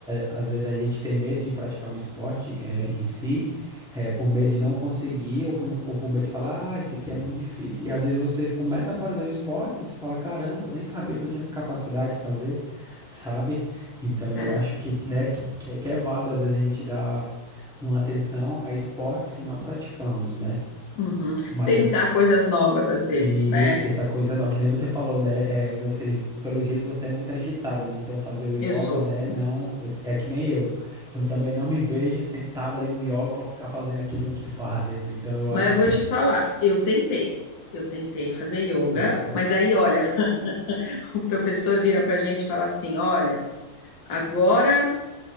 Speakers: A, in the centre; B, on the left.
A: às vezes a gente tem medo de praticar um esporte é, em si, é, por medo de não conseguir, ou por, ou por medo de falar, ah, isso aqui é muito difícil. E às vezes você começa a fazer o esporte, você fala, caramba, eu nem sabia que eu tinha essa capacidade de fazer. Sabe? Então, eu
B: é.
A: acho que, né, que, que é que é válido às vezes a gente dar uma atenção a esportes que não praticamos, né?
B: Uhum.
A: Mas
B: Tentar
A: é,
B: coisas novas às vezes,
A: e
B: né?
A: isso, tentar coisa não que nem você falou, né? É, você, pelo jeito você é muito agitada, né? Então fazer o yoga,
B: Eu sou.
A: né? Não, eu- é que nem eu. Eu também não me vejo sentada ali no yoga para ficar fazendo aquilo que <laughs> fazem, né? Então eu
B: Mas
A: acho
B: eu vou
A: que
B: te
A: é,
B: falar, eu tentei. Eu tentei fazer yoga,
A: tentou.
B: mas aí, olha, <laughs> o professor vira pra gente e fala assim: olha, agora